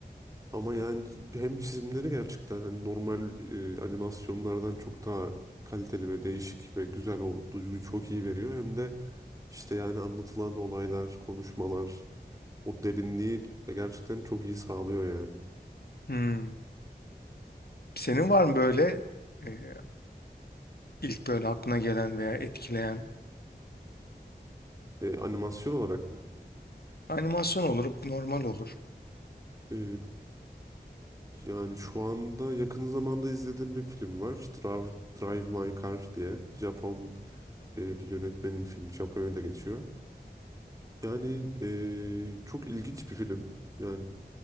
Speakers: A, on the right; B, on the left.
A: Ama yani hem çizimleri gerçekten hani normal e, animasyonlardan çok daha kaliteli ve değişik ve güzel o duyguyu çok iyi veriyor. Hem de işte yani anlatılan olaylar, konuşmalar o derinliği gerçekten çok iyi sağlıyor yani.
B: Hmm. Senin var mı böyle e, ilk böyle aklına gelen veya etkileyen
A: E, animasyon olarak mı?
B: animasyon olur, normal olur.
A: E, yani şu anda yakın zamanda izlediğim bir film var. Drive, Drive My Car diye. Japon e, bir yönetmenin filmi. Japonya'da geçiyor. Yani e, çok ilginç bir film. Yani